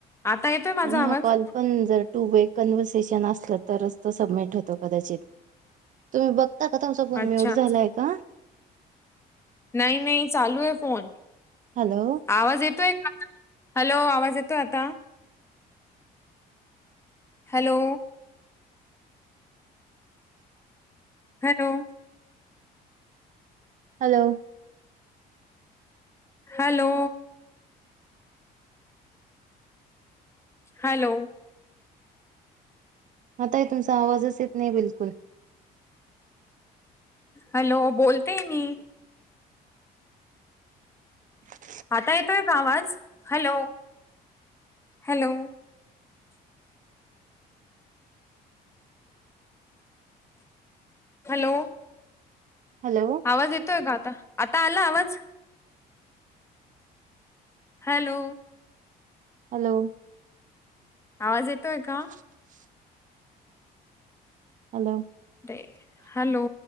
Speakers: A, on the left; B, on the right.
A: आता येतोय माझा
B: आणि
A: आवाज
B: हा कॉल पण जर टू वे कन्व्हर्सेशन असला तरच तो सबमिट होतो. कदाचित तुम्ही बघता का तुमचा फोन
A: अच्छा
B: मुट झालाय का?
A: नाही नाही चालू आहे फोन.
B: हॅलो.
A: आवाज येतोय का आता हॅलो आवाज येतोय आता? Hello. Hello.
B: Hello.
A: Hello. Hello.
B: आताही तुमचा आवाजच येत नाही बिलकुल.
A: हॅलो बोलते मी.
B: <unintelligible>
A: आता येतोय का आवाज हॅलो हॅलो. हॅलो.
B: हॅलो.
A: आवाज येतोय का आता आता आला आवाज? हॅलो.
B: हॅलो.
A: आवाज येतोय का?
B: <inaudible> हॅलो.
A: दे हॅलो.